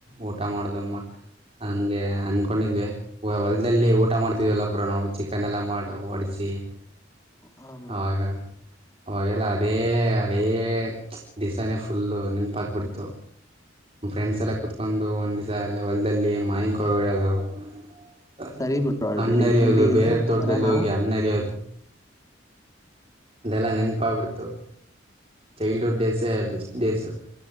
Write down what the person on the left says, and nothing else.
ಹಾ ಬ್ರೋ
ಸರಿ ಬ್ರೋ ಅಳ್ಬೇಡಿ
ಬಿಡಿ
ಬರೋಣ